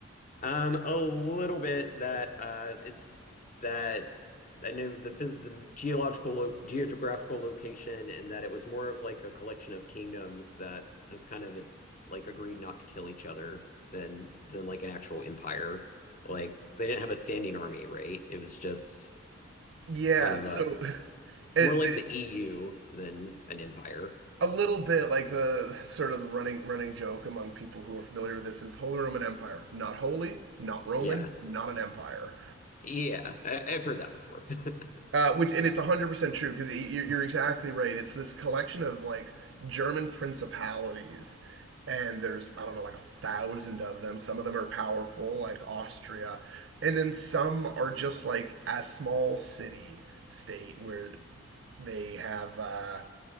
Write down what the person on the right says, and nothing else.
Yeah,
so
<laughs> it,
it-
a little bit like the sort of the running running joke among people who are familiar with this is Holy Roman Empire, not holy, not Roman,
not an empire.
Uh, which and it's one hundred percent true because you're exactly right. It's this collection of like German principalities, and there's I don't know like a thousand of them. Some of them are powerful, like Austria, and then some are just like a small city state where they have uh,